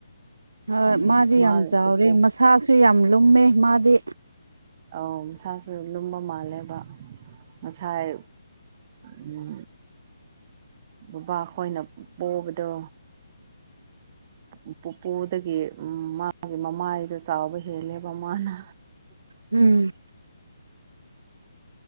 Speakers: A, on the right (about 75°); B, on the right (about 35°).
A: ꯍꯣꯏ
B: ꯎꯝ
A: ꯃꯥꯗꯤ
B: ꯃꯥ
A: ꯌꯥꯝ ꯆꯥꯎꯔꯦ
B: ꯄꯨꯄꯨ
A: ꯃꯁꯥꯁꯨ ꯌꯥꯝ ꯂꯨꯝꯃꯦ ꯃꯥꯗꯤ
B: ꯑꯧ ꯃꯁꯥꯁꯨ ꯂꯨꯝꯕ ꯃꯥꯜꯂꯦꯕ ꯉꯁꯥꯏ ꯎꯝ ꯕꯕꯥ ꯈꯣꯏꯅ ꯄꯣꯕꯗꯣ ꯎꯝ ꯄꯨꯄꯨꯗꯒꯤ ꯃꯥꯒꯤ ꯃꯃꯥꯏꯗꯣ ꯆꯥꯎꯕ ꯍꯦꯜꯂꯦꯕ ꯃꯥꯅ
A: ꯎꯝ